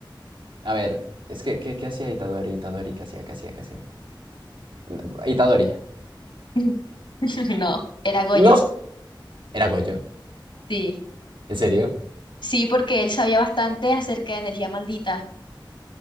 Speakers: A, on the right (about 75°); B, on the left (about 70°).
A: A ver, es que, ¿qué, qué hacía Itadori? Itadori, ¿qué hacía? ¿Qué hacía? ¿Qué hacía? No, Itadori.
B: <laughs> No, era Goyo.
A: No. ¿Era Goyo?
B: Sí,
A: ¿En serio?
B: sí, porque él sabía bastante acerca de energía maldita.